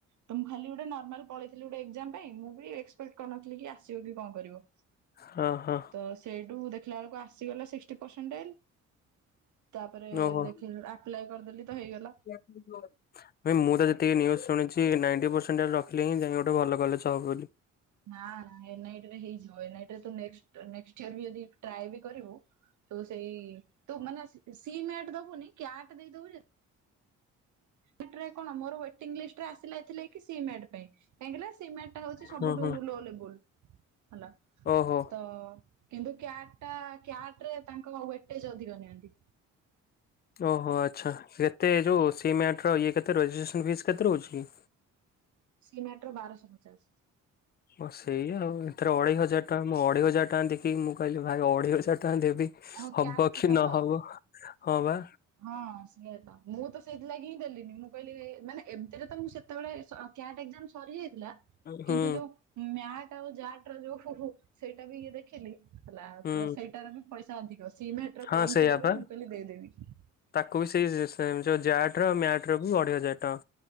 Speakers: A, on the right; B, on the left.
A: ତ ମୁଁ ଖାଲି ଗୋଟେ ନର୍ମାଲ ପଳେଇଥିଲ ଗୋଟେ ଏକ୍ଜାମ ନାଇଁ ମୁଁ ବି ଏକ୍ସପେକ୍ଟ କରିନଥିଲି କି ଆସିବ କି କଣ କରିବ?
B: ହଁ ହଁ
A: ତ ସେଇଠୁ ଦେଖିଲା ବେଳକୁ ଆସିଗଲା ସିକ୍ଟି ପରସେଣ୍ଟ। ତାପରେ
B: ଓହୋ।
A: ଦେଖିଲୁ ଆପ୍ଲାଇ କରିଦେଲି ତ ହେଇଗଲା।
B: ଡିପ୍ଲୋଏଡ। ଭାଇ ମୁଁ ତ ଯେତିକି ନ୍ୟୁଜ୍ ଶୁଣିଛି ନାଇଣ୍ଟି ପରସେଣ୍ଟରେ ରଖିଲେ ଯାଇ ଗୋଟେ ଭଲ କଲେଜ ହବ ବୋଲି।
A: ନା, ନା ଏନ୍ ଆଇ ଟି ରେ ହେଇଯିବ ଏନ୍ ଆଇ ଟି ରେ ତୁ ନେକ୍ସଟ୍ ନେକ୍ସଟ୍ ଇୟର ବି ଯଦି ଟ୍ରାଏ ବି କରିବୁ ତୁ ସେଇ ତୁ ମାନେ ସି ମ୍ୟାଟ ଦବୁନି କ୍ୟାଟ ଦେଇଦବୁ ଯେ ତାପରେ କଣ ମୋର ୱେଟିଙ୍ଗ ଲିଷ୍ଟରେ ଆସିଲା ଏଥିଲା କି ସି ମାଟ ପାଇଁ କାହିଁକିନା ସି ମାଟ ଏଟା ହଉଚି ସବୁଠୁ
B: ହୁଁ ହୁଁ
A: ଲୋ ଲେବୁଲ ହେଲା।
B: ଓହୋ।
A: ତ କିନ୍ତୁ କ୍ୟାଟ ଟା କ୍ୟାଟ ରେ ତାଙ୍କ ୱେଟେଜ ଅଧିକ ନିଅନ୍ତି।
B: ଓହୋ ଆଚ୍ଛା କେତେ ଯୋଉ ସି ମ୍ୟାଟ ର ଇଏ କେତେ ରହୁଚି ରେଜିଷ୍ଟ୍ରେସନ ଫିସ୍ କେତେ ରହୁଚିକି।
A: ସି ମାଟ ର ବାରଶ ପଚାଶ।
B: ହଁ ସେଇଆ ଆଉ ଏଥରେ ଅଢେଇ
A: ହଁ
B: ହଜାର ଟଙ୍କା ମୁଁ ଅଢେଇ ହଜାର ଟଙ୍କା ଦେଖି ମୁଁ କହିଲି ଭାଇ ଅଢେଇ ହଜାର ଟଙ୍କା ଦେବି।
A: ହଁ
B: ହବ
A: କ୍ୟାଟ କଥା
B: କି ନହବ?
A: ତ
B: ହଁ, ବା।
A: ହଁ, ସିଏତ ମୁଁ ତ ସେଇଥିଲାଗି ହିଁ ଦେଲିନି ମୁଁ କହିଲି ମାନେ ଏମିତିରେ ତ ମୁଁ ସେ ସେତେବେଳେ କ୍ୟାଟ ଏକ୍ଜାମ ସରିଯାଇଥିଲା।
B: ହୁଁ
A: କିନ୍ତୁ ଯୋଉ ମ୍ୟାଟ ଆଉ ଜାଟ ର ଯୋଉ ହୁ, ହୁ ସେଇଟା ବି ଇଏ ଦେଖିଲି। ହେଲା
B: ହୁଁ
A: ତ ସେଇଟାର ବି ପଇସା ଅଧିକ ସି ମେଟର
B: ହଁ
A: କମ୍
B: ସେଇଆ
A: ଥିଲା ବୋଲି
B: ପା
A: ମୁଁ କହିଲି ଦେଇଦେବି।
B: ତାକୁ ବି ସେଇ <unintelligible> ଜ୍ୟାଟ ର ମ୍ୟାଟ ର ବି ଅଢେଇ ହଜାର ଟଙ୍କା।